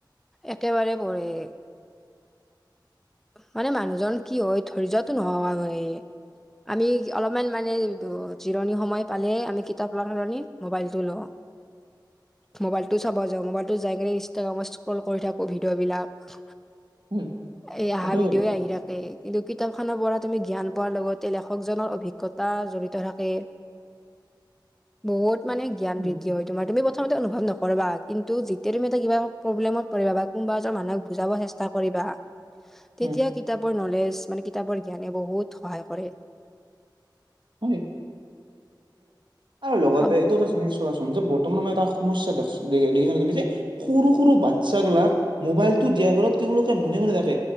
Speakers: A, in the centre; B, on the right.
A: একেবাৰে পঢৰে <inaudible> মানে মানুহজন কি হয় ধৰি্যো নোহ <inaudible> আমি অলপমান মানে জিৰণি সময় পালে আমি কিতাপ ৰ সলনি মোবাইলটো লওঁ।
B: <unintelligible>
A: মোবাইলটো চাব যাওঁ মোবাইলটো যাই কিনে ইনষ্টাগ্ৰামত স্ক্ৰল কৰি থাকো ভিডিঅ' বিলাক
B: উম
A: এই অহা
B: একেবাৰে
A: ভিডিঅ' আহি কিন্তু, কিতাপ খনৰ পৰা তুমি জ্ঞান পোৱাৰ লগতে লেখকজনৰ অভিজ্ঞতা জড়িত থাকে
B: <inaudible>
A: বহুত মানে জ্ঞান
B: উম
A: বৃদ্ধি হয় তোমাৰ তুমি প্ৰথমতে অনুভৱ নকৰিবা কিন্তুতিয়াুমি <unintelligible> এটািবা প্ৰবলেমত পৰিবা কোনোবা এজন মানুহক বুজাব চেষ্টা চষ্টা কৰিবা
B: হয়
A: তেতিয়া কিতাপৰ নলেজ মানে কিতাপৰ জ্ঞানে বহুত সহায় কৰে।
B: হয় ত লগতেটো
A: হব-
B: ত নিশ <inaudible> বৰ্তমান আম এটা সমস্যা দেই দেখিছা তুমি যে সৰু সৰু বাচ্ছাবিলাক মোবাইলটো দিয়াৰ ফলত তেওঁলোকে মনে মনে থাকে